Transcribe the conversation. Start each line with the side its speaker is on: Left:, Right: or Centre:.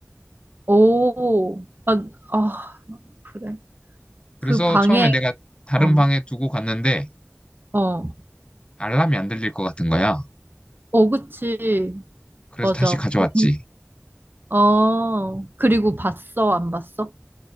Right: 오, 아, 아. 그래.
Left: 그래서
Right: 그 방에
Left: 처음에 내가 다른
Right: 어,
Left: 방에 두고 갔는데
Right: 어,
Left: 알람이 안 들릴 것 같은 거야.
Right: 어, 그치.
Left: 그래서
Right: 맞아.
Left: 다시 가져왔지.
Right: 그럼, 어, 그리고 봤어, 안 봤어?